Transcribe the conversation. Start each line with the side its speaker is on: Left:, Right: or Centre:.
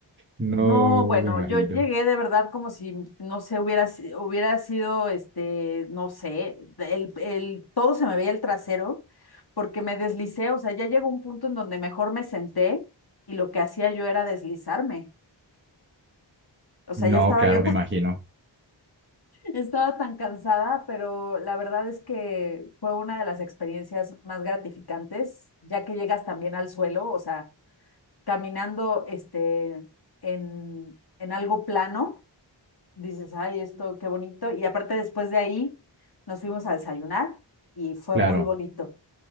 Right: No,
Left: no, bueno,
Right: me imagino.
Left: yo llegué de verdad como si, no sé, hubiera, si- hubiera sido, este, no sé, el, el, todo se me veía el trasero porque me deslicé, o sea, ya llegó un punto en donde mejor me senté y lo que hacía yo era deslizarme. O sea,
Right: No,
Left: ya estaba
Right: claro,
Left: yo <laughs>
Right: me imagino.
Left: Estaba tan cansada, pero la verdad es que fue una de las experiencias más gratificantes, ya que llegas también al suelo, o sea, caminando este, en, en algo plano, dices, ay, esto qué bonito. Y aparte después de ahí nos fuimos a desayunar y fue
Right: Claro.
Left: muy bonito.